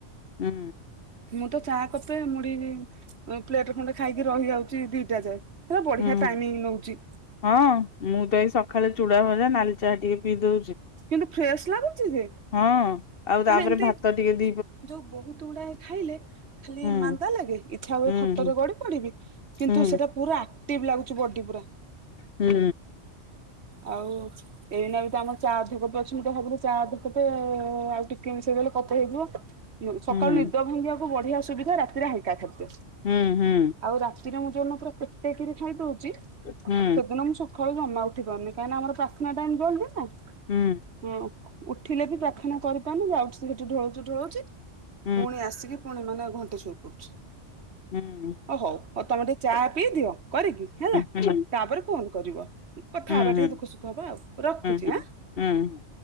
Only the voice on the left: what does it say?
ହୁଁ
ହୁଁ
ହଁ ମୁଁ ତ ଏଇ ସକାଳେ ଚୁଡା ଭଜା ନାଲି ଚାହା ଟିକେ ପିଇ ଦୋ
ହଁ ଆଉ ତାପରେ
ଭାତ ଟିକେ ଦି
ହୁଁ
ହୁଁ
ହୁଁ
ହୁଁ।
ହୁଁ
ହୁଁ ହୁଁ।
ହୁଁ
ହୁଁ
ହୁଁ ହୁଁ
ହୁଁ
ହୁଁ ହୁଁ ହୁଁ
ହୁଁ
ହୁଁ
ହୁଁ ହୁଁ।